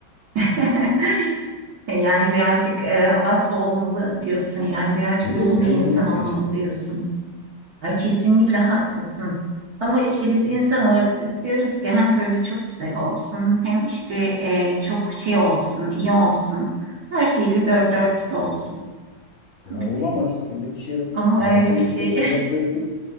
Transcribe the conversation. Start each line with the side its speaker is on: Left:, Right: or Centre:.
Right: <laughs> E, Yani birazcık e, vasfı olmalı diyorsun. Yani birazcık
Left: Öyle
Right: dolu
Left: değil mi? Bir
Right: bir
Left: Emir
Right: insan
Left: Bey nasıl
Right: olmalı
Left: geçirsin?
Right: diyorsun. Ay kesinlikle haklısın. Ama işte biz insan olarak istiyoruz ki hem böyle çok güzel olsun hem işte e, çok şey olsun, iyi olsun. Her şeyle dört dörtlük olsun.
Left: Ya
Right: Biz,
Left: olamaz.
Right: e,
Left: Öyle bir şey yok.
Right: ama
Left: Zaten
Right: öyle bir şey
Left: bir kere dört dörtlük